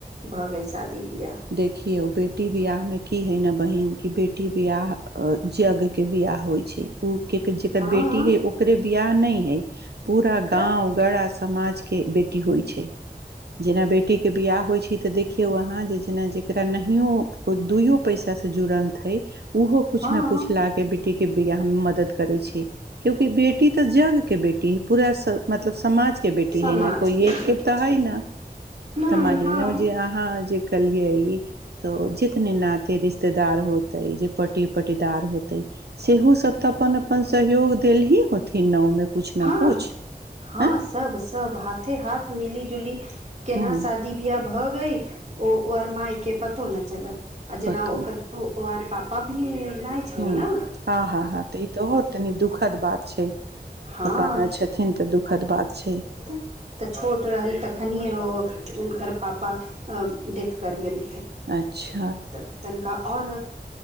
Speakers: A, on the right (about 45°); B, on the right (about 80°).
A: भऽ गेल शादी बियाह
B: देखिऔ बेटी बियाह मे की हइ न बहिन बेटी बियाह जग के बियाह होइ छै उ ज जेकर
A: हँ
B: बेटी है ओकरे बिाह नहि है पूरा
A: तऽ
B: गाँव गड़ा समाज के बेटी होइ छै जेना बेटीके बियाह होइत छै तऽ देखियौ अहाँ जे जेना जकरा नहियो कोइ दुइयो पैसास से जुड़ल हइ उहो कुछ
A: हँ
B: ने कुछ ला के बेटी के बियाह मे मदद करे छै क्योकि बेटी त जग के बेटी बे है पूरा मतलब समाज के बेटी
A: समाज
B: है न कोइ एक
A: बेटी
B: के तऽ
A: छै
B: है न
A: <inaudible>
B: तऽ मानियो
A: हँ
B: जे अहाँ जे कलियै तो जितने नाते रिश्तेदार होतेै जे पटी पटी दार होतै सेहो सब तऽ अपन अपन सहयोग देल ही होथिन नावमे कुछु ने
A: हँ
B: कुछ
A: हँ
B: आँय
A: सब सब हाथे हाथ मिली जुली केना
B: हँ
A: शादी बियाह भऽ गेल ओ आर माय के पतो नहि चलल आ जेना
B: पता
A: ओकर ओ पापा भी नहि छै
B: हू
A: ने
B: हँ हँ हँ तऽ ई त हो तनी दुखद बात छै
A: हँ
B: पापा नहि छथिन तऽ दुःखद बात छै
A: तऽ छोट रहल तखनिए ओ हुनकर पापा डेथ कर गेल
B: अच्छा
A: तऽ तनिका आऔर